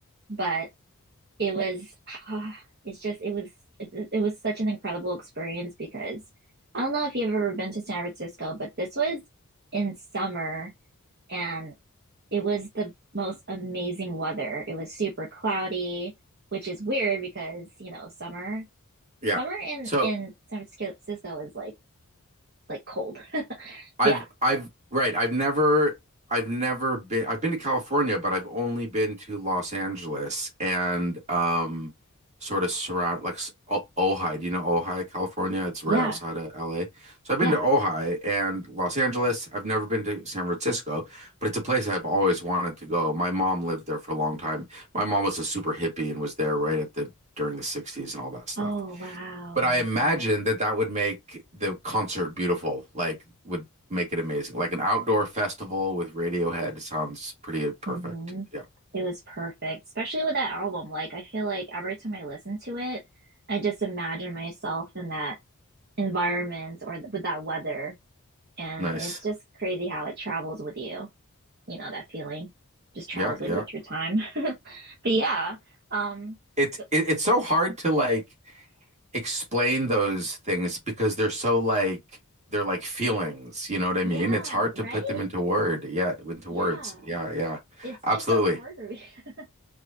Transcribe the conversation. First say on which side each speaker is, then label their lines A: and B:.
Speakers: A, on the right; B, on the right.
A: but it was ah, it's just it was it, it was such an incredible experience because I don't know if you've ever been to San Francisco, but this was in summer and it was the most amazing weather. It was super cloudy, which is weird because, you know, summer
B: Yeah.
A: summer in
B: So,
A: in San Francisco is like like cold.
B: I've
A: Yeah.
B: I've right, I've never I've never been I've been to California, but I've only been to Los Angeles and um sort of surround like s- O- Ojai. Do you know Ojai, California? It's right
A: Yeah.
B: outside of LA. So I've been
A: Yeah.
B: to Ojai and Los Angeles. I've never been to San Francisco, but it's a place I've always wanted to go. My mom lived there for a long time. My mom was a super hippie and was there right at the during the 60s and all that stuff.
A: Oh, wow.
B: But
A: I
B: I
A: love
B: imagine
A: that.
B: that that would make the concert beautiful, like would make it amazing. Like an outdoor festival with Radiohead sounds pretty perfect.
A: Mhm.
B: Yeah.
A: It was perfect, especially with that album. Like, I feel like every time I listen to it, I just imagine myself in that environment or th with that weather. And
B: Nice.
A: it's just crazy how it travels with you. You know, that feeling just travels
B: Yeah,
A: with
B: yeah.
A: you through time. <laughs> But yeah, um,
B: It's
A: so
B: it, it's so hard to like explain those things because they're so like they're like feelings, you know what I
A: yeah,
B: mean? It's hard to
A: right?
B: put them into word. Yeah, into
A: Yeah.
B: words. Yeah, yeah.
A: It's
B: Absolutely.
A: just so hard for me. <laughs>